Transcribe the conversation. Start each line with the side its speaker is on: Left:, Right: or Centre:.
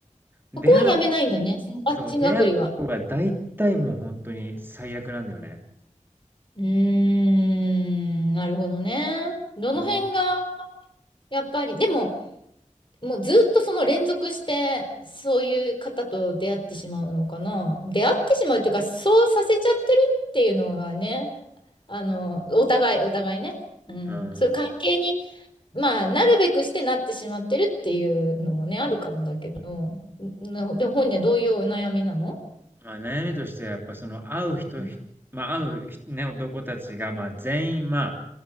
Right: 出会う、
Left: そこはやめないんだね、そのマッチングアプリは。
Right: そう、出会う男が大体もう本当に最悪なんだよね。
Left: うーん、なるほどね。どの辺が、
Right: うん。
Left: やっぱり、でも、もうずっとその連続してそういう方と出会ってしまうのかな。出会ってしまうというか、そうさせちゃってるっていうのがね、あの、お互い、お互いね。うん。
Right: うん。
Left: そういう関係に、まあ、なるべくしてなってしまってるっていうのもね、あるかもだけど、なでも本人はどういうお悩みなの
Right: まあ悩みとしてはやっぱその会う人、
Left: うん、
Right: ひまあ会うひね、男たちがまあ全員まあ、